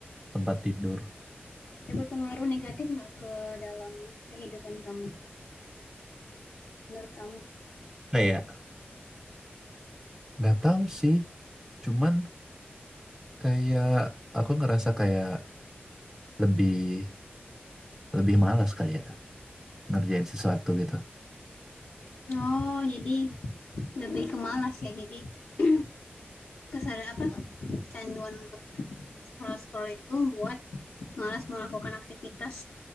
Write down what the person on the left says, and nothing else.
ada berpengaruh negatif nggak ke dalam kehidupan kamu? Menurut kamu?
Oh, jadi lebih ke malas ya. Jadi <clears throat> kesadaran apa kecanduan untuk scroll-scroll itu buat malas melakukan aktivitas